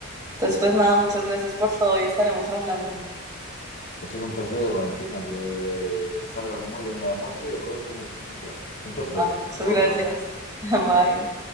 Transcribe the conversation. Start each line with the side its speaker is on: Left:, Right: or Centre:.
Right: Entonces, pues nada, muchas gracias por todo y estaremos hablando.
Left: Ha sido un placer, Valentina, que eh, salga muy bien el almuerzo y aproveche mucho. Venga, un placer.
Right: Ay, muchas
Left: Hasta
Right: gracias.
Left: otra.
Right: <laughs> Bye.